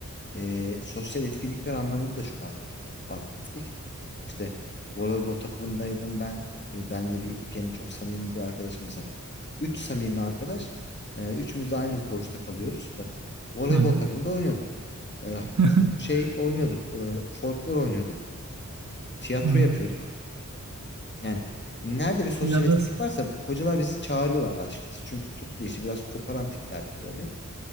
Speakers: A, on the left (about 35°); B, on the right (about 65°).
A: e, sosyal etkinlikler anlamında da çok aktif- aktiftik. İşte voleybol takımındaydım ben. E, benle bir gene çok samimi bir arkadaşım mesela. Üç samimi arkadaş. E, üçümüz de aynı koğuşta kalıyoruz. Bak voleybol
B: Hı hı.
A: takımında oynuyorduk. E,
B: <laughs>
A: şey oynuyorduk. E, folklor oynuyorduk. Tiyatro
B: Hı hı.
A: yapıyorduk. Yani nerede bir sosyal
B: Yalnız
A: etkinlik varsa hocalar bizi çağırıyorlardı açıkçası. Çünkü tuttu işi biraz koparan tiplerdik böyle.